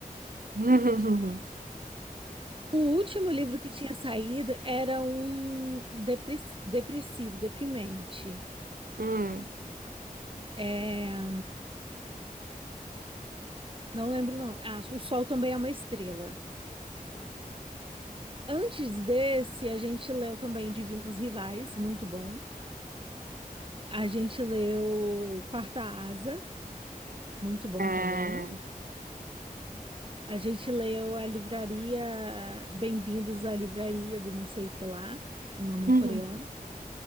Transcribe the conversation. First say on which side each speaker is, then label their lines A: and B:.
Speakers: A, on the right; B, on the right.
A: <laughs>
B: O último livro que tinha saído era um depre- depressivo, deprimente.
A: Hum.
B: É, não lembro o nome. Ah, O Sol Também é uma Estrela. Antes desse, a gente leu também Divinos Rivais, muito bom. A gente leu Quarta Asa, muito bom
A: Ah.
B: também. A gente leu a livraria Bem-vindos à Livraria do não sei o que lá, um nome
A: Hum.
B: em coreano.
A: hum.